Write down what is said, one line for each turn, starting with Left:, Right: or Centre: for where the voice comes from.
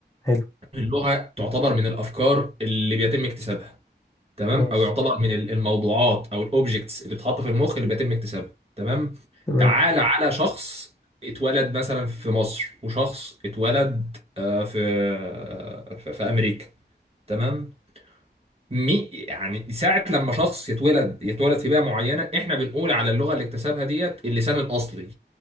Left: حلو
Right: اللغة تعتبر من الأفكار اللي بيتم اكتسابها تمام
Left: ماشي
Right: أو يعتبر من ال- الموضوعات أو الأوبجكتس اللي بتتحط في المخ اللي بيتم اكتسابها تمام
Left: تمام
Right: تعال على شخص اتولد مثلا في مصر وشخص اتولد آه، في آه، في في أمريكا تمام مي يعني ساعة لما شخص يتولد يتولد في بيئة معينة احنا بنقول على اللغة اللي اكتسبها ديت اللسان الأصلي